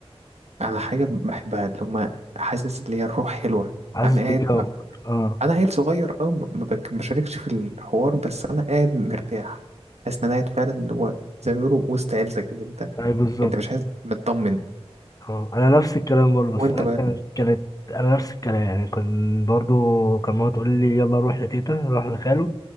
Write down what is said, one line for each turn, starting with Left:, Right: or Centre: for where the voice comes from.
Right: أنا حاجة بحبها اللي هما حاسس اللي هي الروح حلوة
Left: حاسس
Right: أنا
Left: بالجو
Right: قاعد ما...
Left: اه
Right: أنا عيل صغير أه ما بك- ما بشاركش في الحوار بس أنا قاعد مرتاح حاسس إن أنا قاعد فعلا اللي هو زي ما بيقولوا وسط عيلتك انت
Left: اي بالظبط
Right: انت مش عايز مطمن
Left: اه انا نفس الكلام برضه بس
Right: وانت
Left: انا
Right: بقى
Left: كانت كانت انا نفس الكلام يعني كان برضه كان ماما تقول لي يلا نروح لتيتا نروح لخاله